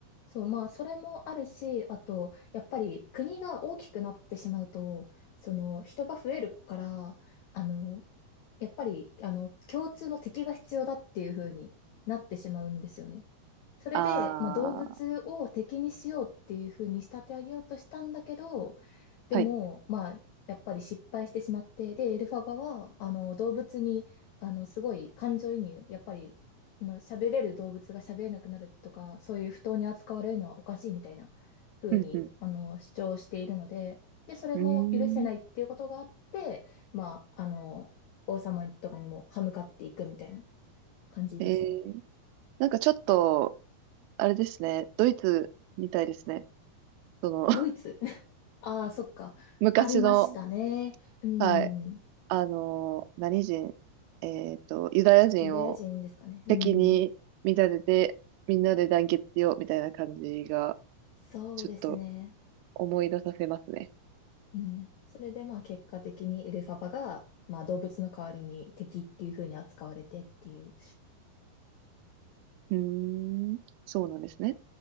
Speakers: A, on the left; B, on the right.
A: そう、まあ、それもあるし、あと、やっぱり国が大きくなってしまうと、その、人が増えるから、あの、やっぱり、あの、共通の敵が必要だっていう風になってしまうんですよね。それで、
B: あ
A: まあ、動物を敵にしようっていう風に仕立て上げようとしたんだけど、
B: ー、
A: でも、
B: はい。
A: まあ、やっぱり失敗してしまって、で、エルファバは、あの、動物に、あの、すごい感情移入、やっぱり、あの、喋れる動物が喋れなくなるとか、そういう不当に扱われるのはおかしいみたいな風に、
B: うん、うん。
A: あの、主張しているので、で、それも許せないっていうことがあって、
B: うーん。
A: まあ、あの、王様とかにも歯向かっていくみたいな感じですね。
B: えー、なんかちょっと、あれですね。ドイツみたいですね。その、<laughs>
A: ドイツ <laughs> ああ、そっか。
B: 昔の、
A: ありましたね。うん。
B: はい。あのー何人、えっと、ユダヤ人を、
A: ユダヤ人ですかね。うん。
B: 敵に見立てて、みんなで団結しようみたいな感じが、
A: そうですね。
B: ちょっと思い出させますね。
A: うん。それでまあ結果的にエルファバが、まあ動物の代わりに敵っていう風に扱われてっていう。
B: うーん、そうなんですね。